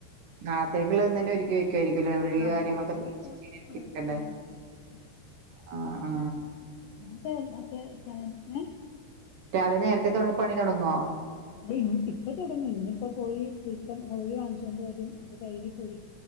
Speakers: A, on the right (about 65°); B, on the left (about 85°).
A: നാളാത്തേക്ക്ള്ളത് ഇന്നന്നെ ഒര്ക്കി വേ ആരിക്കല്ലേ ഉള്ളി
B: ആഹ്
A: കാര്യങ്ങളൊക്കെ
B: സവോളയൊക്കെ
A: <unintelligible>
B: ആ, ഇപ്പൊ
A: അല്ലേ
B: നന്നാക്കി വെക്കും
A: ആഹ് ആ
B: ഇപ്പ മറ്റേ കന ഏഹ്
A: രാവിലെ നേരത്തെ തൊട പണി തൊടങ്ങോ
B: ത്യേ <unintelligible> ഇപ്പൊ തൊടങ്ങും ഇന്ന്പ്പോ പോയി ചിക്കം പോയി വാങ്ങിച്ചോണ്ട് വെരും അത് കഴികി പൊരി